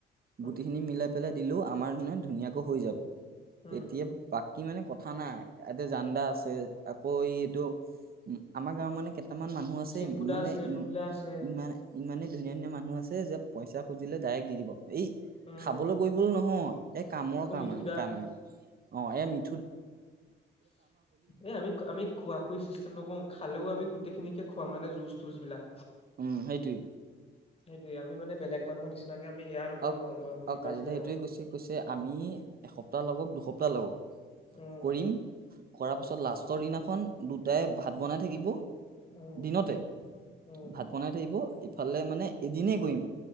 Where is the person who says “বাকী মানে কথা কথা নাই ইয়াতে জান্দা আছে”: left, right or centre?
Right